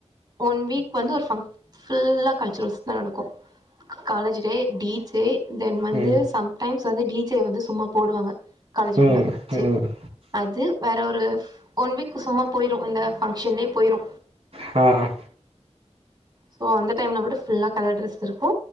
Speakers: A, on the right; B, on the right.
A: ஒன் வீக் வந்து ஒரு ஃபங் ஃபுல்லா கல்ச்சுரல்ஸ் தா நடக்கு college day teach day then வந்து
B: ம்
A: சம் டைம்ஸ் வந்து டி ஜே வந்து சும்மா போடுவாங்க காலேஜுகுள்ள
B: ம்
A: வச்சு
B: ம்
A: அது வேற ஒரு ஒன் வீக்கு சும்மா போய்ரு இந்த ஃபங்ஷன்லே போய்ரு
B: பார்றா
A: ஸோ அந்த டைம்ல மட்டு ஃபுல்லா கலர் ட்ரெஸ் இருக்கு